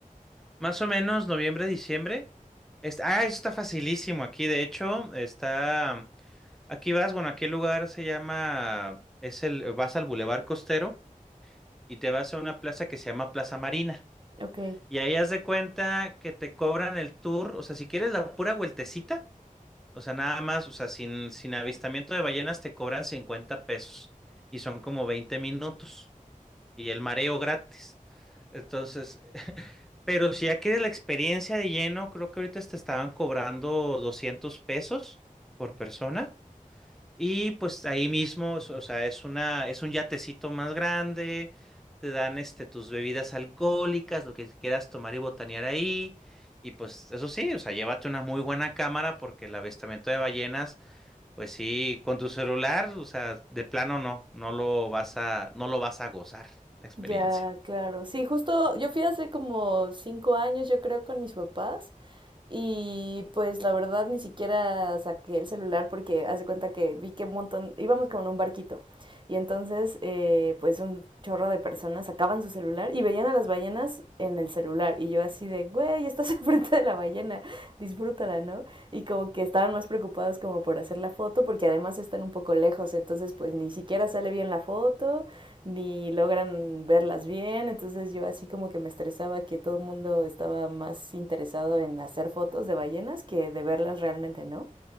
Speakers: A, in the centre; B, on the right.
A: Más o menos noviembre, diciembre. Est- ah, eso está facilísimo aquí, de hecho, está... Aquí vas, bueno, aquí el lugar se llama, es el, vas al Boulevard Costero y te vas a una plaza que se llama Plaza Marina.
B: Ok.
A: Y ahí haz de cuenta que te cobran el tour, o sea, si quieres la pura vueltecita, o sea, nada más, o sea, sin, sin avistamiento de ballenas te cobran 50 pesos y son como 20 minutos y el mareo gratis. Entonces, <laughs> pero si ya quieres la experiencia de lleno, creo que ahorita te estaban cobrando 200 pesos por persona. Y pues ahí mismo, so, o sea, es una, es un yatecito más grande, te dan este, tus bebidas alcohólicas, lo que quieras tomar y botanear ahí. Y pues eso sí, o sea, llévate una muy buena cámara porque el avistamiento de ballenas, pues sí, con tu celular, o sea, de plano no, no lo vas a, no lo vas a gozar la experiencia.
B: Ya, claro. Sí, justo yo fui hace como cinco años, yo creo, con mis papás. Y pues la verdad ni siquiera saqué el celular porque haz de cuenta que vi que un montón, íbamos como en un barquito. Y entonces eh, pues un chorro de personas sacaban su celular y veían a las ballenas en el celular. Y yo así de, güey, estás <laughs> enfrente de la ballena, disfrútala, ¿no? y como que estaban más preocupados como por hacer la foto porque además están un poco lejos, entonces pues ni siquiera sale bien la foto, ni logran verlas bien, entonces yo así como que me estresaba que todo el mundo estaba más interesado en hacer fotos de ballenas que de verlas realmente, ¿no?